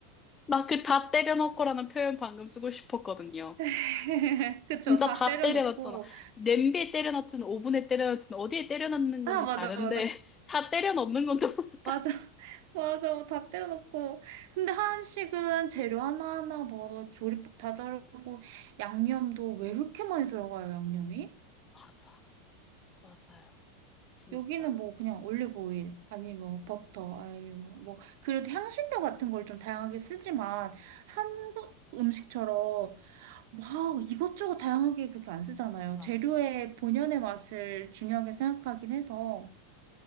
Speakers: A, on the left; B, on the right.
A: 나 그 다 때려넣고라는 표현 방금 쓰고 싶었거든요.
B: <laughs> 그쵸,
A: 진짜
B: 다
A: 다
B: 때려
A: 때려넣잖아.
B: 넣고
A: 냄비에 때려넣든 오븐에 때려넣든 어디에 때려넣는 거는
B: 아, 맞아,
A: 다른데
B: 맞아.
A: <laughs> 다 때려넣는 건 너무 똑같아.
B: 맞아, <laughs> 맞아, 다 때려 넣고. 근데 한식은 재료 하나하나 뭐 조리법 다 다르고 양념도 왜 그렇게 많이 들어가요, 양념이?
A: 맞아. 맞아요. 진짜.
B: 여기는 뭐 그냥 올리브 오일 아니 뭐 버터 아니 뭐뭐 그래도 향신료 같은 걸 좀 다양하게 쓰지만 한국 음식처럼 막 이것저것 다양하게 그렇게 안 쓰잖아요.
A: 맞아.
B: 재료의 본연의 맛을 중요하게 생각하긴 해서